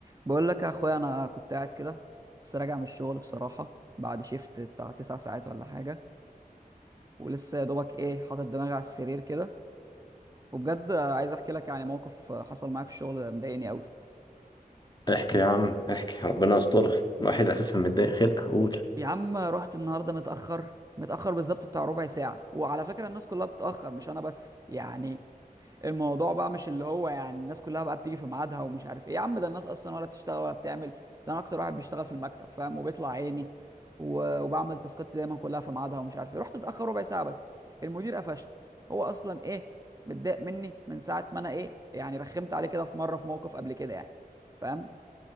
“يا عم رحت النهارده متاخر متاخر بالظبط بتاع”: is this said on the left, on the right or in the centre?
Right